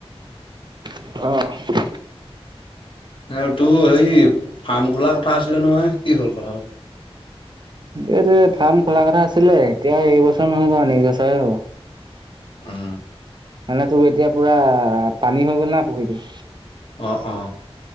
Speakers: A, on the right (about 45°); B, on the left (about 55°).
A: অঁ
B: এ তোৰ হেৰি ফাৰ্ম খোলা কথা আছিলে নহয় কি হ'ল কথাটো?
A: এইটো ফাৰ্ম খোলা কথা আছিলে এতিয়া এইবছৰ নহব নেস্ক বছৰে হ'ব।
B: অ্
A: মানে তোৰ এতিয়া পুৰা পানী হৈ গ'ল না পুখুৰীটো।
B: অ অ।